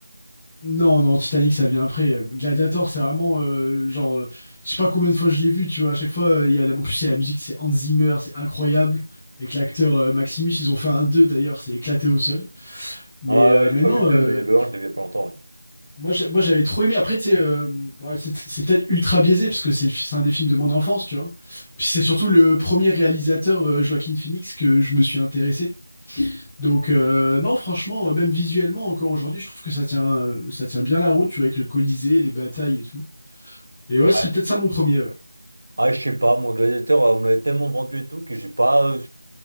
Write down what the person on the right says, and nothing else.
Ah
ouais, ouais,
j'ai pas
vu le
2, mais le un, je l'ai vu il y a pas longtemps, ouais.
Ouais.
Ah, je sais pas, moi, Gladiator, euh, on me l'avait tellement vendu et tout que j'ai pas euh,